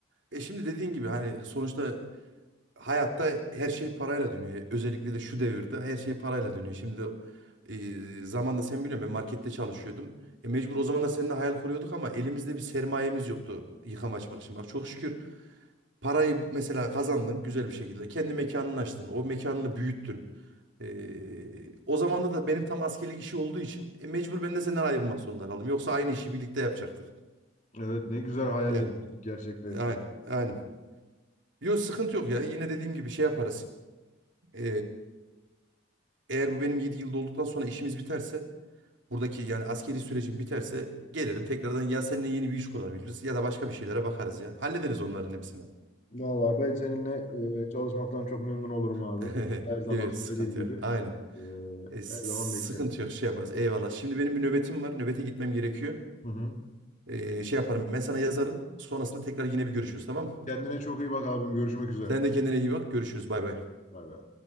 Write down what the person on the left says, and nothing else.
Evet ne güzel hayal
etmiştik gerçekten.
Vallahi ben seninle e, çalışmaktan çok memnun olurum abi.
Her zaman
söylediğim
gibi.
e,
her zaman beklerim.
Hı hı.
Kendine çok iyi bak abim. Görüşmek üzere.
Bay bay.